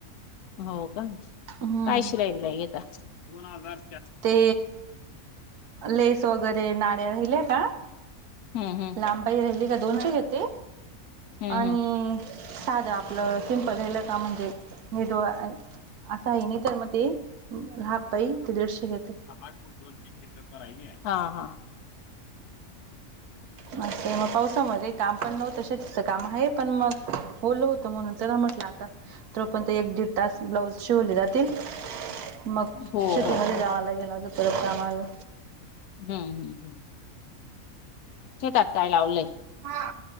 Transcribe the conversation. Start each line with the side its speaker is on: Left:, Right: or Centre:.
Left: हो का,
Right: हम्म
Left: काय शिलाई बिलाई घेता? दोन हजार
Right: ते लेस वगैरे नाड्या राहिल्या का
Left: हूं हूं
Right: <unintelligible> राहिली का दोनशे घेते.
Left: हम्म
Right: आणि
Left: हम्म
Right: साध आपलं सिंपल राहिल का म्हणजे, <unintelligible> असा हाय नी तर म ते राहापाई ते दिडशे घेते.
Left: समाज गुंतवून <unintelligible> हा हा
Right: मग ते म पावसामध्ये काम पण नव्हत. शेतीचं काम हाये. पण मग ओलं होतं म्हणून चला म्हटलं आता तोपर्यंत एक दीड तास ब्लाऊज शिवल जात ते. मग
Left: हो
Right: शेतीमध्ये
Left: हो
Right: जावाला गेला. त परत काम आल.
Left: हूं हूं हूं शेतात काय लावलंय?
Right: हा,